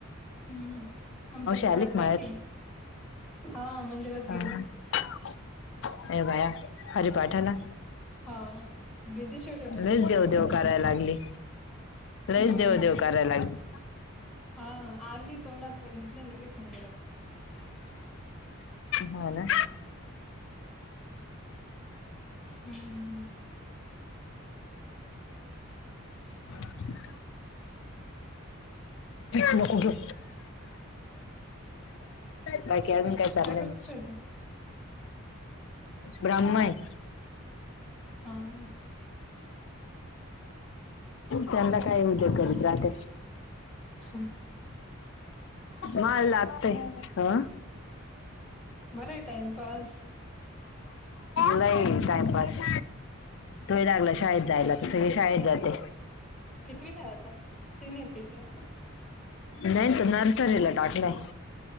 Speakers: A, in the centre; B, on the left.
A: हम्म आमच्या पोळ्याच
B: आली का
A: बाकी हा. मंदिरात
B: ह
A: गेली
B: अ भाया हरे पाठला.
A: हा बिझी शेड्यूल असतं
B: लच
A: त्यांचं
B: देऊ देव कराय लागली. लईस
A: हम्म
B: देव देव कय लागले.
A: हा आल् तोंडतवयनत लगच मंदिरतात.
B: हो ना.
A: हम्म.
B: ह. नको घेऊ बाकी अजून काय चाललंय
A: करतोय
B: ना.
A: तू
B: ब्रह्मण.
A: हा.
B: त्यांंद काय उद्या करत राहते.
A: हम.
B: माल आते हा.
A: बरं आहे टाइमपास.
B: नाही टाइमपास तुही लागलं शाळेत जायला. सगळी शाळेत जाते.
A: केतवीला आता सीनियर पीजीला.
B: नाही त नर्सरीला टाकलंय.